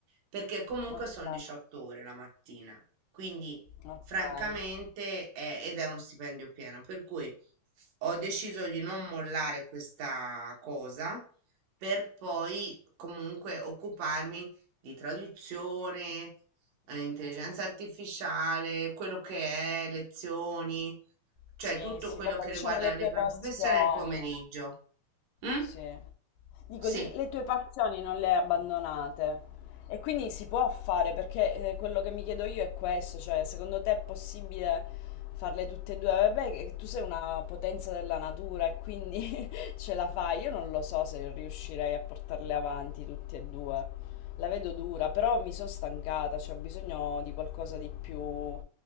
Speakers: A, on the right (about 70°); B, on the left (about 80°).
A: perché comunque
B: Ok,
A: sono 18 ore la mattina, quindi
B: ok.
A: francamente è- ed è uno stipendio pieno, per cui ho deciso di non mollare questa cosa per poi comunque occuparmi di traduzione, eh, intelligenza artificiale, quello che è, lezioni,
B: Sì,
A: cioè tutto
B: sì,
A: quello
B: vabbè,
A: che
B: diciamo
A: riguarda
B: le
A: la
B: due
A: mia professione
B: passioni.
A: nel pomeriggio. Mm?
B: Sì. Dico,
A: Sì.
B: di- le tue passioni non le hai abbandonate e quindi si può fare perché eh, quello che mi chiedo io è questo, cioè secondo te è possibile farle tutte e due? Vabbè, che tu sei una potenza della natura e quindi <laughs> ce la fai. Io non lo so se riuscirei a portarle avanti tutte e due. La vedo dura, però mi sono stancata, cioè ho bisogno di qualcosa di più,